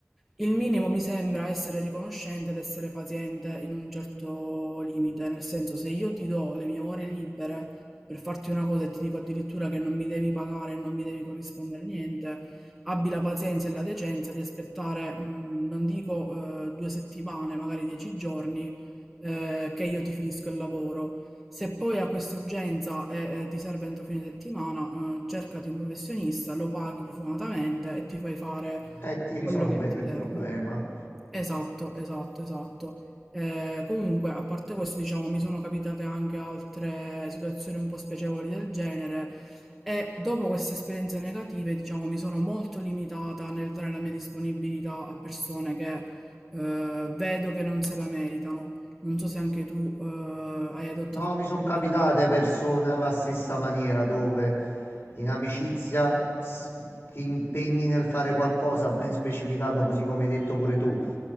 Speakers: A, in the centre; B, on the left.
A: Il minimo mi sembra essere riconoscente ed essere paziente in un certo limite, nel senso se io ti do le mie ore libere per farti una cosa e ti dico addirittura che non mi devi pagare e non mi devi corrispondere niente, abbi la pazienza e la decenza di aspettare, mm, non dico eh, due settimane, magari dieci giorni, eh, che io ti finisco il lavoro. Se poi hai questa urgenza e eh, ti serve entro fine settimana, eh, cercati un professionista, lo paghi profumatamente e ti fai fare
B: E ti risolve
A: quello che ti
B: il
A: serve.
B: problema
A: Esatto, esatto, esatto. Eh, comunque, a parte questo, diciamo, mi sono capitate anche altre situazioni un po' spiacevoli del genere e dopo queste esperienze negative, diciamo, mi sono molto limitata nel dare la mia disponibilità a persone che eh, vedo che non se la meritano. Non so se anche tu eh, hai adottato
B: No,
A: qualche
B: mi sono capitate
A: misura.
B: persone alla stessa maniera dove in amicizia s- ti impegni nel fare qualcosa ben specificando, così come hai detto pure tu.